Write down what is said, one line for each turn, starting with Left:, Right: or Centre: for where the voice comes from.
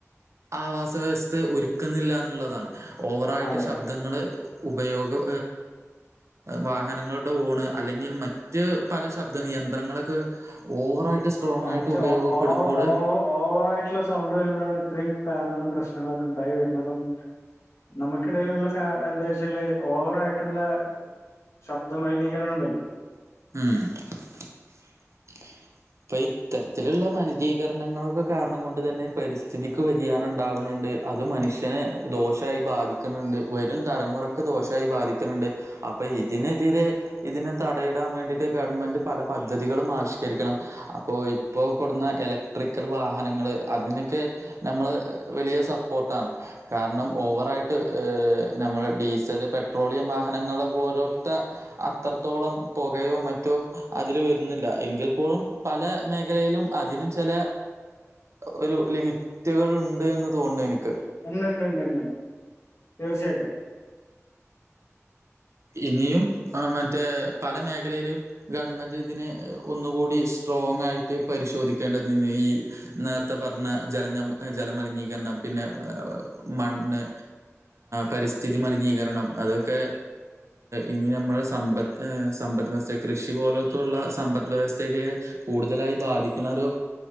Right: ആവാസ വ്യവസ്ഥയ ഒരുക്കുന്നില്ല എന്നുള്ളതാണ് ഓവറായിട്ട്
Left: അതെ
Right: ശബ്ദങ്ങള്ൾ ഉപയോഗം വാഹനങ്ങളുടെ ഓണ് അല്ലെങ്കിൽ മറ്റ് പല ശബ്ദങ്ങ യന്ത്രങ്ങളൊക്കെ ഓവറായിട്ട് സ്ട്രോങ്
Left: മറ്റേ
Right: ആയിട്ട് ഉപയോഗപ്പെടുമ്പോള്
Left: ഓ ഓ ഓ ഓവറ് ആയിട്ടുള്ള സൗണ്ട് വരുമ്പോഴാണ് ഇത്രയും കാരണങ്ങളും പ്രശ്നങ്ങളൊക്കെ ഇണ്ടായി വരുന്നതും നമുക്കിടയിലുള്ള കാ എന്താ വച്ചാല് ഓവറ് ആയിട്ടുള്ള ശബ്ദ മലിനീകരണം ഇണ്ടല്ലോ
Right: മ്മ് ഇപ്പൊ ഇത്തരത്തിലുള്ള മലിനീകരണങ്ങളളൊക്കെ കാരണം കൊണ്ട് തന്നെ പരിസ്ഥിതിക്ക് വ്യതിയാനം ഇണ്ടാവണണ്ട് ണ്ട് അത് മനുഷ്യനെ ദോഷായി ബാധിക്കണുണ്ട് വരും തലമുറക്ക് ദോഷമായി ബാധിക്കണുണ്ട് അപ്പോ ഇതിനെതിരെ ഇതിനെ തടയിടാൻ വേണ്ടിയിട്ട് ഗവൺമെൻറ് പല പദ്ധതികളും ആവിഷ്കരിക്കണം അപ്പോ ഇപ്പോ കൊണ്ടുന്ന ഇലക്ട്രിക്കൽ വാഹനങ്ങള് അതിനൊക്കെ നമ്മള് വലിയ സപ്പോർട്ടാണ് കാരണം ഓവറായിട്ട് നമ്മള് ഡീസൽ പെട്രോളിയം വാഹനങ്ങള് പോരട്ട അത്രത്തോളം പുകയോ മറ്റോ അതിൽ വരുന്നില്ല എങ്കിൽ ഇപ്പോഴും പല മേഖലയിലും അതിന് ചില ഒരു ലിമിറ്റുകൾ ഇണ്ട് എന്ന് തോന്ന്ണ്ട് എനിക്ക്
Left: ഉണ്ട്ണ്ട്ണ്ട് തീർച്ചയായിട്ടും
Right: ഇനിയും മറ്റേ പല മേഖലയിലും ഗവൺമെന്റ് ഇതിന് ഒന്നുകൂടി സ്ട്രോങ് ആയിട്ട് പരിശോധിക്കേണ്ടത് ഈ നേരത്തെ പറഞ്ഞ ജല ജല മലിനീകരണം പിന്നെ മണ്ണ് പരിസ്ഥിതി മലിനീകരണം അതൊക്കെ ഇനി നമ്മുടെ സമ്പത്ത് സമ്പദ് വ്യവസ്ഥ കൃഷി പോലത്തുള്ള സമ്പദ് വ്യവസ്ഥക്ക് കൂടുതലായി ബാധിക്കുന്ന ഒരു